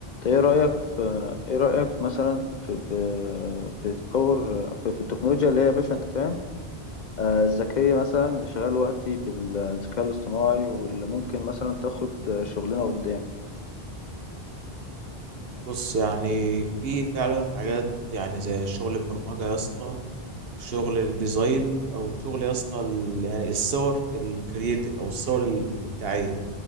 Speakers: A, on the left; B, on the right.
A: ايه رايك في ايه رايك مثلا في في في تطور في, في التكنولوجيا اللي هي يا باشا انت فاهم آه، الذكيه مثلا اللي شغال وقتي بالذكاء الاصطناعي واللي ممكن مثلا تاخد شغلنا قدام
B: بص يعني في فعلا حاجات يعني زي شغل البرمجة يا اسطى وشغل الديزاين او شغل يا اسطى ال- يعني الصور الكرييتيف او الصور الابداعية